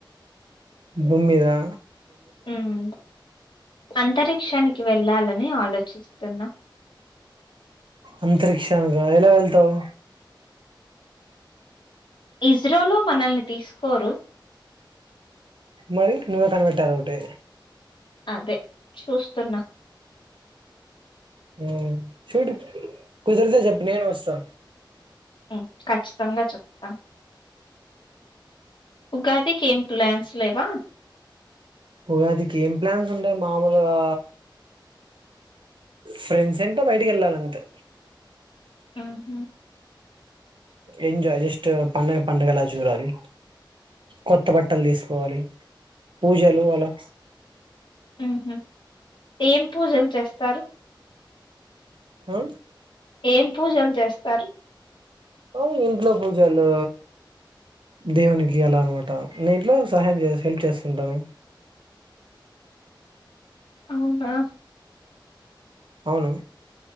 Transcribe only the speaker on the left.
ఉమ్ అంతరిక్షానికి వెళ్ళాలని ఆలోచి చూస్తున్న
ఇస్రోలో మనల్ని తీసుకోరు
అదె చూస్తున్నా
ఆ ఖచ్చితంగా చెప్తా ఉగాదికి ఏం ప్లాన్స్ లేవా
ఆ హ
ఉ హు ఏం పూజలు చేస్తారు
ఏం పూజలు చేస్తారు
అవును రా